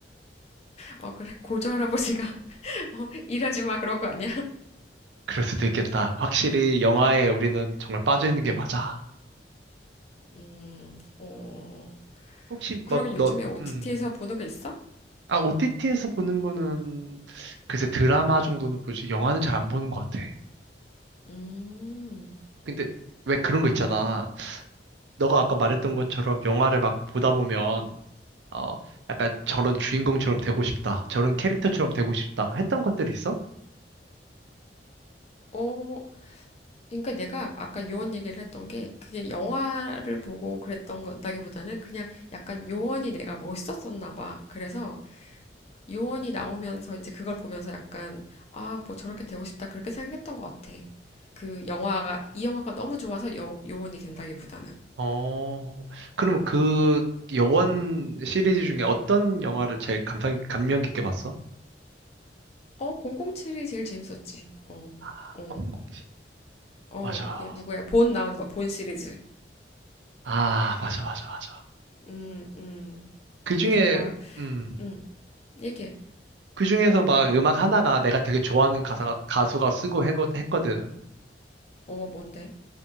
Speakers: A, on the left; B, on the right.
A: 어, 그래. 고조 할아버지가 <laughs> 어, 일하지 마 그런 거 아니야?
B: 그럴 수도 있겠다. 확실히 영화에 우리는 정말 빠져있는 게 맞아.
A: 음, 어,
B: 혹시
A: 그러면
B: 막
A: 요즘에
B: 너,
A: OTT에서
B: 음.
A: 보는 게 있어?
B: 아, OTT에서 보는 거는 글쎄 드라마 정도는 보지 영화는 잘 안 보는 것 같아.
A: 음,
B: 근데 왜 그런 거 있잖아. 너가 아까 말했던 것처럼 영화를 막 보다 보면 어, 약간 저런 주인공처럼 되고 싶다. 저런 캐릭터처럼 되고 싶다. 했던 것들이 있어?
A: 어, 그러니까 내가 아까 요원 얘기를 했던 게 그게 영화를 보고 그랬던 거다기보다는 그냥 약간 요원이 내가 멋있었었나 봐. 그래서 요원이 나오면서 이제 그걸 보면서 약간 아, 뭐 저렇게 되고 싶다 그렇게 생각했던 것 같아. 그 영화가 이 영화가 너무 좋아서 여, 요원이 된다기보다는
B: 어, 그럼 그 여원 시리즈 중에 어떤 영화를 제일 감상, 감명 깊게 봤어?
A: 어, 007이 제일 재밌었지. 어,
B: 아,
A: 어,
B: 007.
A: 어,
B: 맞아.
A: 그 누구야? 본 나온 거, 본 시리즈.
B: 아, 맞아, 맞아, 맞아.
A: 음, 음.
B: 그 중에,
A: 그리고 막,
B: 음,
A: 음, 얘기해.
B: 그 중에서 막 음악 하나가 내가 되게 좋아하는 가사, 가수가 쓰고 했거, 했거든.
A: 어, 뭔데?